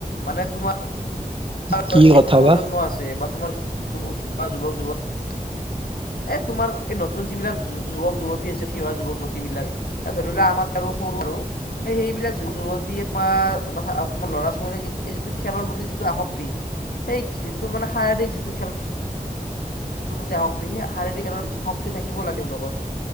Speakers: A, on the left; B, on the right.
A: মানে তোমা মাৰ
B: কি কথা
A: এটো প্ৰজন্ম
B: বা
A: আছে বা তোমাৰ <unintelligible> উঠিওৱ যুৱক যুৱতি এ তোমাৰ এই নতুন যিবিলাক যুৱক যুৱতী আছে। উঠি অহা যুৱক যুৱতী বিলাক এ ধৰি ল আমাৰ আৰু সৰু‌ আৰু এই সেইবিলাক যুৱক যুৱতী তোমাৰ বা আ তোমাৰ ল'ৰা ছোৱালীয়ে কিন্তু এই যিটো খেলৰ প্ৰতি যিটো আসক তি সেই যিটো মানে শাৰীৰিক যিটো খেল তেওঁ শক্তি শাৰীৰিক খেলৰ যিটো শক্তি থাকিব লাগে তেওঁলোকৰ